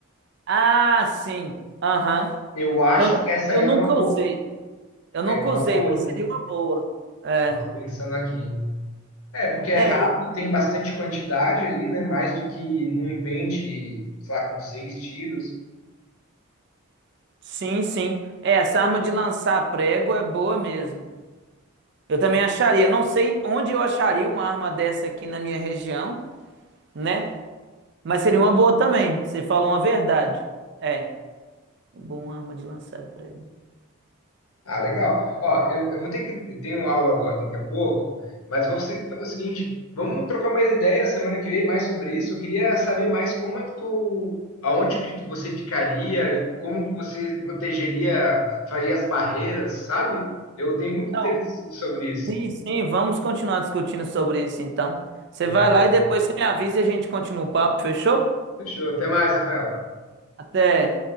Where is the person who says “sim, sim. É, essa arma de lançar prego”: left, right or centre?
Right